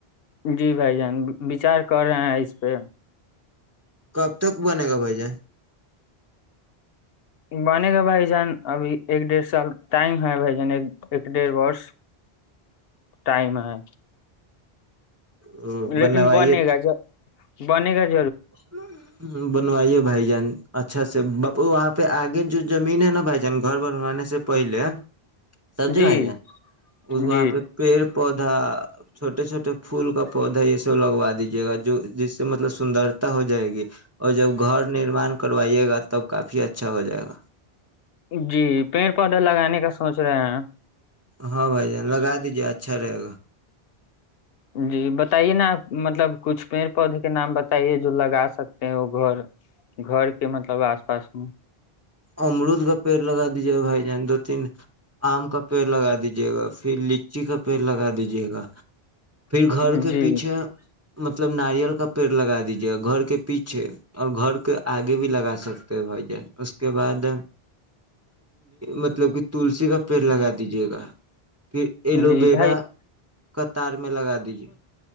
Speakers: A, on the left; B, on the right.
A: جی بھائی جان بچار کر رہے ہیں اس پہ
B: کب تک بنے گا بھائی جان
A: بنے گا بھائی جان ابھی ایک ڈیھ سال ٹائم ہے بھائی جان ایک ایک ڈھ وورس ٹائم ہے
B: ا بنوئیےت
A: لیکن بنے گا بنے کر <unintelligible>
B: ہوں <unintelligible> بنوائیے بھائی جان اچھا سے بپ وہاں پہ آگے جو زمین ہے نا بھائی جان گھر بنوانے سے پہلے سبزے
A: جی
B: بھائی جائے وہاں
A: جی
B: پہ پیڑ پودا چھوٹے چھوٹے پھول کا پودا یہ سب لگوا دیجیے گا جو جس سے مطلب سندر ہو جائے گی اور جب گھر نرمان کروائیے گا تب کافی اچھا ہو جائے گا
A: جی پیڑ پودا لگانے کا سوچ رہے ہیں
B: ہاں بھائی جان لگا دیجیے اچھا رہے گا
A: جی بتائیے نا آپ مطلب کچھ پیڑ پودے کے نام بتائیے جو لگا سکتے ہیں وہ گھر گھر کے مطلب آس پاس میں
B: امرود کا پیڑ لگا دیجیے گا بھائی جان دو تین آم کا پیڑ لگا دیجے گا پھر لچی کا پیڑ لگا دیجیے گا پھر
A: میں
B: گھر کے
A: جی
B: پیچھے مطلب ناریل کا پیڑ لگا دیجیے گا گھر کے پیچھے اور گھر کے آگے بھی لگا سکتے ہیں بھائی جان اس کے اس کے بعد مطلب کہ تلسی کا پیڑ لگا دیجیے گا پھر ایلو
A: جی
B: ویرا
A: بھائی
B: قطار میں لگا دیجیے